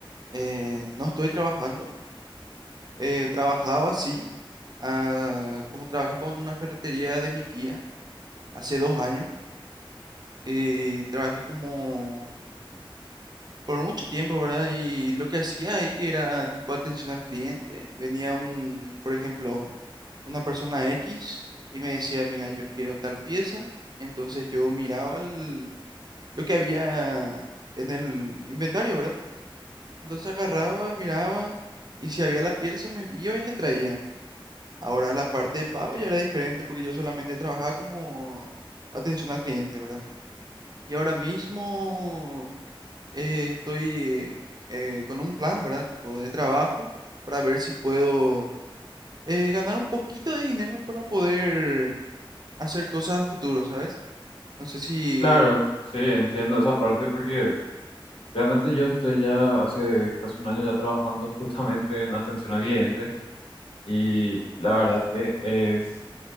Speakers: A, on the right; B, on the left.
A: Eh, no estoy trabajando. eh, trabajaba, sí, ah, como trabajé con una ferretería de mi tía hace dos años. eh, trabajé como por mucho tiempo, ¿verdad? Y lo que hacía ahí era tipo atención al cliente. Venía un, por ejemplo, una persona X y me decía, mira, yo quiero tal pieza. Entonces yo miraba el- lo que había en el inventario, ¿verdad? Entonces agarraba, miraba y si había la pieza me iba y le traía. Ahora la parte de pago ya era diferente porque yo solamente trabajaba como atención al cliente, ¿verdad? Y ahora mismo eh, estoy eh, con un plan, ¿verdad? Tipo de trabajo para ver si puedo eh, ganar un poquito de dinero para poder hacer cosas a futuro, ¿sabes? No sé si,
B: Claro, sí, entiendo esa parte porque... Realmente yo estoy ya hace casi un año ya trabajando <laughs> justamente en atención al cliente y la verdad que es